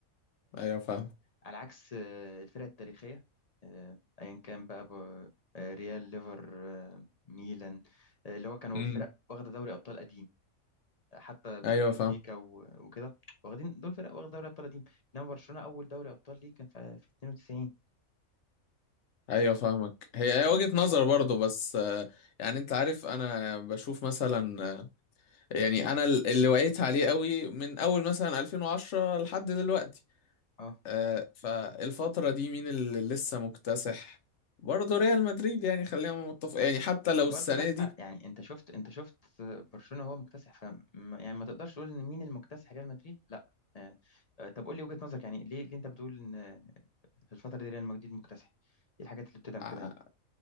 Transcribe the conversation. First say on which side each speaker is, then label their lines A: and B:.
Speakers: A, on the left; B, on the left.
A: ايوه فاهم
B: على عكس آه، الفرق التاريخية آه، أيا كان بقى ب- آه، ريال ليفر آه، ميلان آه، اللي هو كانوا
A: مم.
B: فرق واخدة دوري أبطال قديم آه، حتى
A: ايوه
B: بنفيكا
A: فاهم
B: و- وكده واخدين دول فرق واخدة دوري أبطال قديم إنما برشلونة أول دوري أبطال ليه كان في في 92
A: ايوه فاهمك هي
B: فاهم؟
A: هي وجهة نظر برضو بس آه، يعني انت عارف انا بشوف مثلا يعني انا ال- اللي وعيت عليه قوي من اول مثلا 2010 لحد دلوقتي
B: اه
A: آه، فالفترة دي مين اللي لسه مكتسح برضه ريال مدريد يعني خلينا متفق يعني حتى لو
B: برضه
A: السنة
B: لا
A: دي
B: يعني انت شفت انت شفت برشلونة هو مكتسح ف يعني ما تقدرش تقول ان مين المكتسح ريال مدريد لا آه، آه، طب قول لي وجهة نظرك يعني ليه ليه انت بتقول ان آه، في الفترة دي ريال مدريد مكتسح ايه الحاجات اللي بتدعم
A: آه
B: كده يعني